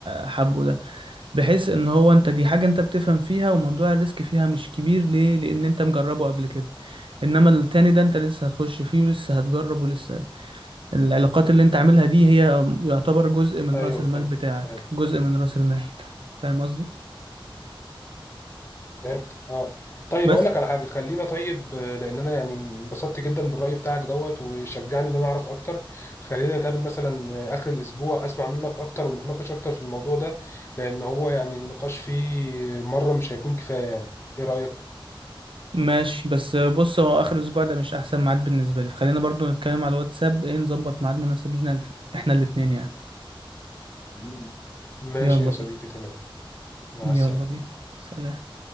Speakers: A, on the right (about 65°); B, on the left (about 25°).
A: حابه ده بحيث ان هو انت دي حاجة انت بتفهم فيها وموضوع الريسك فيها مش كبير ليه لان انت مجربه قبل كده انما التاني ده انت لسه هتخش فيه ولسه هتجرب ولسه العلاقات اللي انت عاملها دي هي يعتبر جزء من
B: أيوه
A: رأس المال
B: فهمت
A: بتاعك
B: فهمت
A: جزء من رأس المال فاهم قصدي
B: فهمت اه طيب
A: بس
B: هقول لك على حاجه خلينا طيب آه، لان انا يعني انبسطت جدا بالراي بتاعك دوت وشجعني ان انا اعرف اكتر خلينا نتقابل مثلا آه، اخر الاسبوع اسمع منك اكتر ونتناقش اكتر في الموضوع ده لان هو يعني النقاش فيه مره مش هيكون كفايه يعني ايه رايك
A: ماشي بس بص هو اخر الاسبوع ده مش احسن ميعاد بالنسبة لي فخلينا برضو نتكلم على الواتساب ايه نظبط ميعاد مناسب لنا احنا الاتنين يعني
B: مم. ماشي
A: يلا
B: يا صديقي
A: بينا
B: تمام مع
A: يلا
B: السلامه
A: بينا سلام